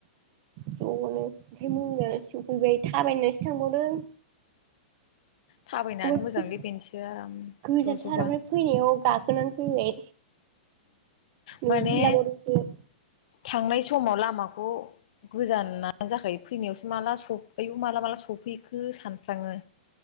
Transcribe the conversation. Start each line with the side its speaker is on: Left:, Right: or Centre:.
Right: ज'नो ओमफ्राय मोननानैसो सफैबाय थाबायनानैसो थांबावदों।
Left: थाबायनानै
Right: ओमफ्राय
Left: मोजाङै बेनोसै आराम
Right: गोजानथार
Left: ज' ज'बा।
Right: ओमफ्राय फैनायाव गाखोनानै फैबाय।
Left: माने
Right: नैजि लाबावदोंसो
Left: थांनाय समाव लामाखौ गोजानानो जाखायो फैनायावसो माला सफ आयु माला माला सफैखो सानफ्राङो